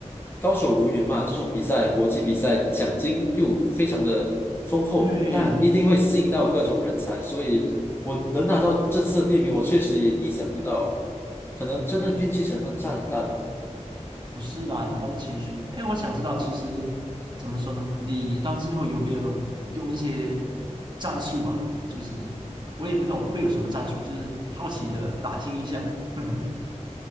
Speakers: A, on the left; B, on the right.
A: 高手如云嘛，这种比赛，国际比赛奖金又非常的丰厚，
B: 对，
A: 但一定会吸引到各种人才，所以我能拿到这次的第一名，我确实也意想不到啊，可能真的运气成分占很大吧。
B: 哎，不是啦，你那么谦虚。哎，我想知道，其实怎么说呢？你到最后有没有用一些战术啊？就是我也不懂会有什么战术，就是好奇的打听一下。<laughs>